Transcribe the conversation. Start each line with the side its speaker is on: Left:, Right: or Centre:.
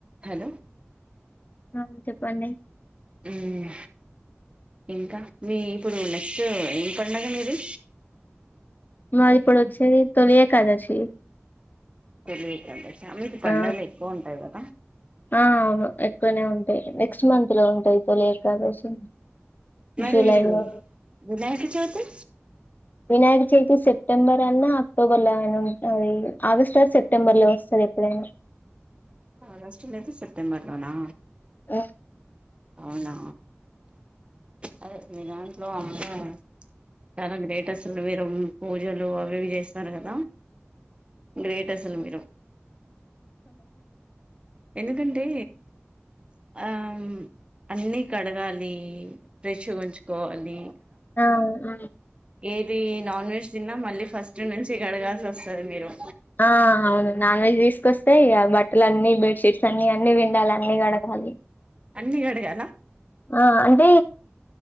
Right: Hello
Left: ఆ చెప్పండి
Right: ఉమ్మ్ ఇంకా మీ ఇప్పుడు నెక్స్ట్ ఏం పండగ మీది
Left: మాది ఇప్పుడ్ ఒచ్చేది తొలి ఏకాదశి
Right: తొలి ఏకాదశ మీకు పండగలు
Left: ఆ
Right: ఎక్కువ ఉంటయ్ కదా
Left: ఆ అవును ఎక్కువనే ఉంటాయి నెక్స్ట్ మంత్ లో ఉంటాయి తొలి ఏకాదశి
Right: మరి
Left: జూలై లో
Right: వినాయక చౌతి
Left: వినాయక చవితి సెప్టెంబర్ అన్నా అక్టోబర్ల అయిన ఉంటది ఆగస్ట్ ఆర్ సెప్టెంబర్ లో వస్తాది ఎప్పుడైన
Right: ఆగస్టు లేద సెప్టెంబర్లోనా
Left: ఉం
Right: అవునా అదే మీ దాంట్లో అమ్మో చాలా గ్రేట్ అసలు మీరు పూజలు అవివి చేస్తారు కదా గ్రేట్ అసలు మీరు ఎందుకంటే ఆం అన్నీ కడగాలి ఫ్రెష్గుంచ్కోవాలి
Left: ఆ ఉమ్
Right: ఇది నాన్ వెజ్ తిన్నా మళ్ళీ ఫస్ట్ నుంచి కడగాల్సి ఒస్తది మీరు
Left: ఆ అవును నాన్ వెజ్ తీసుకొస్ తే ఆ బట్టలన్ని బెడ్ షీట్స్ అన్ని అన్ని పిండాలన్ని కడగాలి
Right: అన్ని కడగాల
Left: ఆ అంటీ